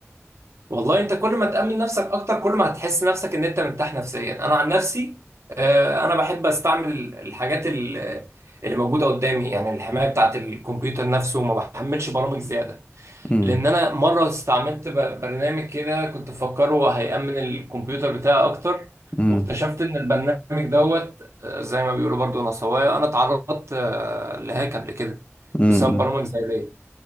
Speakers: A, on the right; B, on the left.
A: والله انت كل ما تأمن نفسك اكتر كل ما هتحس نفسك ان انت مرتاح نفسيا انا عن نفسي آه، انا بحب استعمل ال- الحاجات ال- اللي موجودة قدامي يعني الحماية بتاعت الكمبيوتر نفسه ما بحملش برامج زيادة
B: مم.
A: لان انا مرة استعملت ب- برنامج كده كنت مفكره هيأمن الكمبيوتر بتاعي اكتر
B: مم.
A: واكتشفت ان البرنامج دوت آه، زي ما بيقولوا برضو نصوايا انا اتعرضت آه، لهاك قبل كده
B: مم.
A: بسبب برامج زي دي